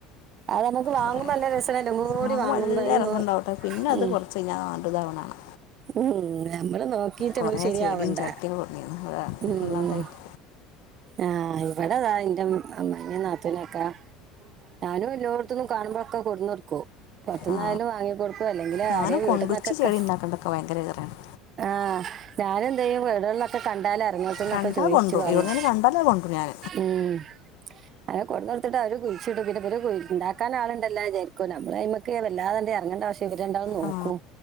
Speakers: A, on the right; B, on the left.
A: അത് നമക്ക് വാങ്ങുമ്പോ
B: കുറേ
A: നല്ല രസല്ലേ എല്ലാകൂടി
B: വാങ്ങുമ്പോൾ
A: വാങ്ങും
B: നല്ല
A: അയിന്
B: രസം ഉണ്ടാവും കേട്ടോ പിന്നെ അത്
A: ഉം
B: കുറച്ച് കഴിഞ്ഞാൽ കണ്ടതാവണാണ്
A: ഉം നമ്മള് നോക്കിട്ട്
B: കുറേ
A: നമ്മക്ക് ശരിയാവണ്ടേ
B: ചെടിയും ചട്ടിയൊക്കെ കൊണ്ടുവന്നു
A: ഉം
B: വെള്ള ടൈപ്പ്
A: ആഹ് ഇവിടെതാ ഇന്റെ ഇമ്മ് അമ്മി നട് ത്ത്നക്കാ ഞാനും എല്ലോട്ത്ത്ന്നും കാണുമ്പോഴൊക്കെ കൊണ്ടോന്ന് കൊടുക്കും പൊർത്ത്ന്നായാലും
B: ആ
A: വാങ്ങി കൊടു അല്ലെങ്കില്
B: ഞാനും
A: ആരെ വീട്ട്ന്നൊക്കൊ
B: കൊണ്ടുവച്ച് ചെടി
A: ക്കെ
B: ഉണ്ടാക്കേണ്ടതൊക്കെ ഭയങ്കര ഇതറാണ്
A: ആ ഞാനെന്ത് ചെയ്യും വീടുകളിലൊക്കെ കണ്ടാല് പറ്റുന്നോടത്ത്ന്നൊക്കെ
B: കണ്ടാൽ
A: ചോയിച്ചു
B: കൊണ്ടുപോകും
A: വാങ്ങും
B: ഇവിടെ നിന്ന് കണ്ടാലേ കൊണ്ടുപോകും ഞാൻ
A: മ്മ് അങ്ങനെ കൊണ്ട് കൊടുത്തിട്ട് അവര് കുഴിച്ചിട്ടും പിന്നെ ഇവര് ഉണ്ടാക്കാൻ ആള് ഇണ്ടല്ലോ വിചാരിക്കും പിന്നെ ഞമ്മള് അയ്മ്മക്ക് വല്ലാതെ തണ്ടെ ഇറങ്ങേണ്ട ശ ഇവര് രണ്ടാളും നോക്കും
B: ആ